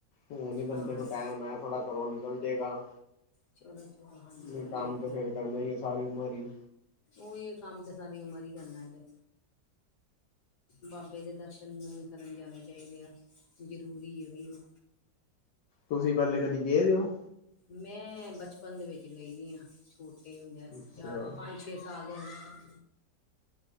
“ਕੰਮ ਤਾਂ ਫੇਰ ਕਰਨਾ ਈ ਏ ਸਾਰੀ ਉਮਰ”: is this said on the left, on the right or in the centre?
Left